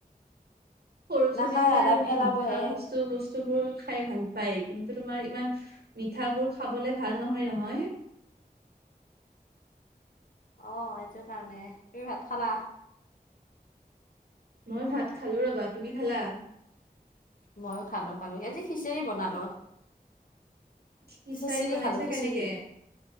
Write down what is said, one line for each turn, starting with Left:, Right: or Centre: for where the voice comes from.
Right: সৰু
Left: নাখায়
Right: চলিবোৰে
Left: আধা
Right: আৰু
Left: পেলাবহে
Right: এই মিঠা বস্তু বস্তু বোৰ খাই ভাল পায় কি <unintelligible> তোমাৰ ইমান মিঠাবোৰ খাবলে ভাল নহয় নহয়।
Left: অ' এইটো কাৰণে, তুমি ভাত খালা?
Right: মই ভাত খালোঁ ৰ'বা, তুমি খালা?
Left: ময়ো খালোঁ খালোঁ আজি খিচিৰি বনালোঁ।
Right: খিচাৰি
Left: খিচিৰি
Right: বনাইছা
Left: খালোঁ খিচিৰি,
Right: কেনেকে